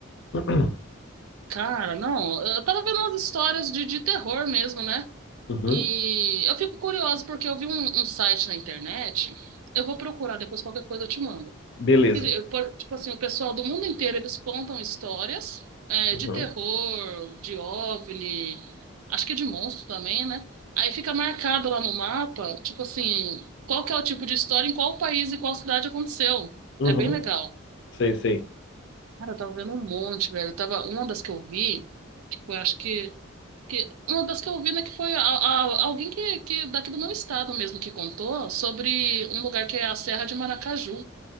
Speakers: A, on the left; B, on the right.
A: <clears throat>
B: cara, não, eu tava vendo umas histórias de, de terror mesmo, né?
A: Uhum,
B: E eu fico curiosa porque eu vi um, um site na internet, eu vou procurar depois qualquer coisa eu te mando
A: beleza.
B: Eu- por- Tipo assim, o pessoal do mundo inteiro, eles contam histórias é,
A: Uhum,
B: de terror, de OVNI, acho que de monstro também, né? Aí fica marcado lá no mapa, tipo assim, qual que é o tipo de história, em qual país e qual cidade aconteceu.
A: uhum,
B: É bem legal.
A: sei, sei.
B: Cara, eu tava vendo um monte, velho. Eu Tava, uma das que eu vi, foi, acho que, que... Uma das que eu vi, né, que foi a- a- alguém que, que daqui do meu estado mesmo que contou sobre um lugar que é a Serra de Maracaju